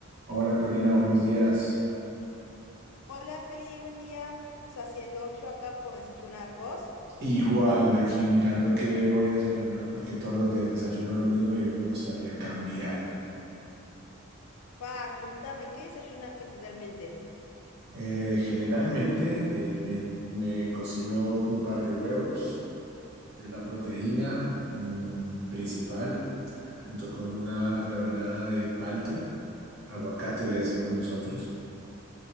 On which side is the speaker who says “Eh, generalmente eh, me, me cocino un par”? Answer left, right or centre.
Right